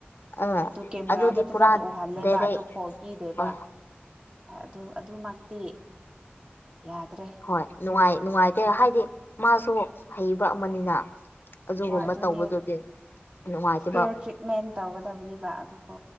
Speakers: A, on the left; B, on the right.
A: ꯑꯥ
B: ꯑꯗꯨ ꯀꯦꯃꯦꯔꯥꯗ
A: ꯑꯗꯨꯗꯤ
B: ꯐꯖꯅ
A: ꯄꯨꯔꯥ
B: ꯎꯍꯜꯂꯦꯕ
A: ꯗꯥꯏꯔꯦꯛ
B: ꯑꯗꯨ ꯐꯣꯜ ꯄꯤꯗꯦꯕ
A: ꯍꯣꯏ
B: ꯑꯗꯨ ꯑꯗꯨꯃꯛꯇꯤ ꯌꯥꯗ꯭ꯔꯦ
A: ꯍꯣꯏ ꯅꯨꯡꯉꯥꯏ ꯅꯨꯡꯉꯥꯏꯇꯦ ꯍꯥꯏꯗꯤ ꯃꯥꯁꯨ ꯍꯩꯕ ꯑꯃꯅꯤꯅ ꯑꯗꯨꯒꯨꯝꯕ
B: ꯍꯣꯏ ꯑꯗꯨꯅꯦ
A: ꯇꯧꯕꯗꯨꯗꯤ ꯅꯨꯡꯉꯥꯏꯇꯦꯕ
B: ꯐꯤꯌꯔ ꯇ꯭ꯔꯤꯠꯃꯦꯟ ꯇꯧꯒꯗꯕꯅꯦꯕ ꯑꯗꯨꯀꯣ